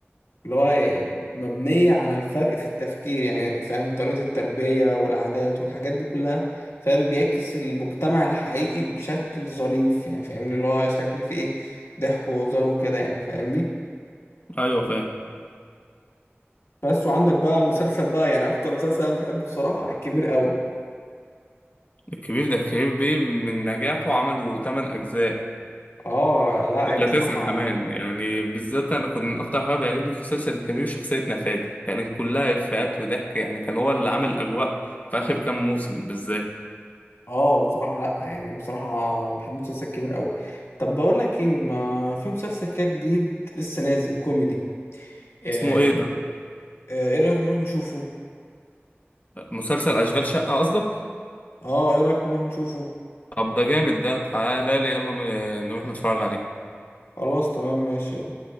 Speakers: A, on the left; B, on the left.
A: اللي هو إيه؟ مبنية على الفرق في التفكير يعني فاهم طريقة التربية والعادات والحاجات دي كلها فاهم بيعكس المجتمع الحقيقي بشكل ظريف يعني فاهمني اللي هو شكل فيه ايه ضحك وهزار وكده يعني فاهمني
B: أيوه فاهم
A: بس وعندك بقى مسلسل بقى يعني اكتر مسلسل انا بحبه بصراحة الكبير قوي
B: الكبير ده كبير بيه من نجاحه عملوا 8 أجزاء
A: اه لا يا بصراحة
B: لا تسعة كمان يعني بالذات أنا كنت أكتر حاجة بيعجبني في مسلسل الكبير شخصية نفادي يعني كلها إفيهات وضحك يعني كان هو اللي عامل الأجواء في آخر كام موسم بالذات
A: اه بصراحة لا يعني بصراحة بحب مسلسل كبير قوي طب بقول لك ايه ما في مسلسل كده جديد لسه نازل كوميدي آه، إيه،
B: اسمه إيه ده؟
A: آه، ايه رأيك نروح نشوفه
B: مسلسل أشغال شقة قصدك؟
A: اه ايه رأيك نروح نشوفه
B: طب ده جامد ده تعالى لي يلا ن- نروح نتفرج عليه
A: خلاص تمام ماشي يلا